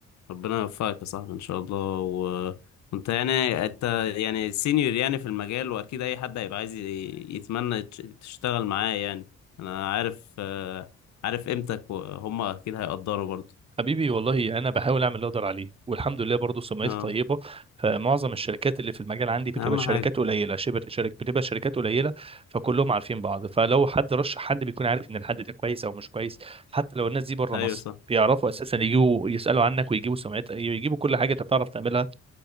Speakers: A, on the left (about 65°); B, on the right (about 20°).
A: ربنا يوفقك يا صاحبي ان شاء الله و... وانت يعني انت يعني سينيور يعني في المجال واكيد اي حد هيبقى عايز ي- يتمنى تش- تشتغل معاه يعني انا عارف آه، عارف قيمتك وهم اكيد هيقدروا برضه
B: حبيبي والله انا بحاول اعمل اللي اقدر عليه والحمد لله برضه سمعتي
A: اه
B: طيبه فمعظم الشركات اللي في المجال عندي بتبقى
A: اهم
B: شركات
A: حاجة
B: قليله شبه شركة بتبقى شركات قليله فكلهم عارفين بعض فلو حد رشح حد بيكون عارف ان الحد ده كويس او مش كويس حتى لو الناس دي بره
A: ايوه
B: مصر
A: صح
B: بيعرفوا اساسا يجيبوا يسالوا عنك ويجيبوا سمعتك يجيبوا كل حاجه انت بتعرف تعملها